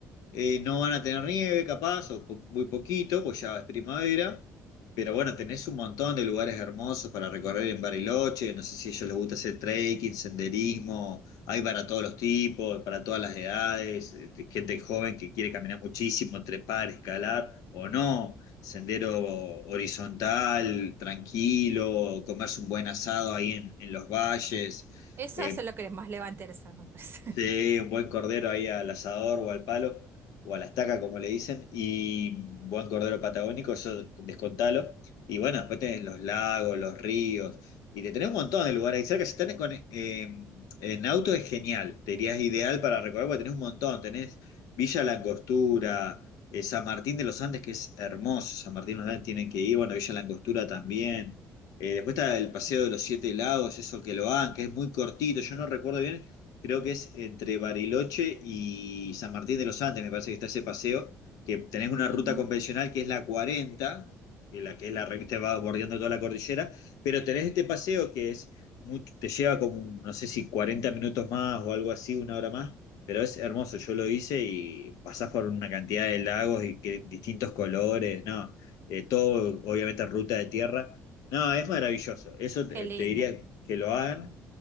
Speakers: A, on the left; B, on the right.
A: Eh, no van a tener nieve, capaz, o po- muy poquito, pues ya es primavera. Pero bueno, tenés un montón de lugares hermosos para recorrer en Bariloche. No sé si a ellos les gusta hacer trekking, senderismo. Hay para todos los tipos, para todas las edades. eh, Gente joven que quiere caminar muchísimo, trepar, escalar o no. Sendero horizontal, tranquilo, comerse un buen asado ahí en en los valles.
B: Eso,
A: Eh,
B: eso es lo que más le va a interesar, me parece. <laughs>
A: Sí, un buen cordero ahí al asador o al palo, o a la estaca, como le dicen, y buen cordero patagónico, eso descontalo. Y bueno, después tenés los lagos, los ríos, y te tenés un montón de lugares ahí cerca. Si estás con, eh, en auto es genial, te dirías ideal para recorrer, porque tenés un montón. Tenés Villa La Angostura, eh, San Martín de los Andes, que es hermoso, San Martín de los Andes tienen que ir, bueno, Villa La Angostura también. Eh, después está el Paseo de los Siete Lagos, eso que lo hagan, que es muy cortito, yo no recuerdo bien creo que es entre Bariloche y San Martín de los Andes, me parece que está ese paseo, que tenés una ruta
B: Ujú,
A: convencional que es la 40, que la que es la revista va bordeando toda la cordillera, pero tenés este paseo que es mu- te lleva como, no sé si 40 minutos más o algo así, una hora más, pero es hermoso, yo lo hice y pasás por una cantidad de lagos y que, distintos colores, no, eh, todo obviamente ruta de tierra. No, es maravilloso. Eso te
B: Qué lindo.
A: te diría que lo hagan.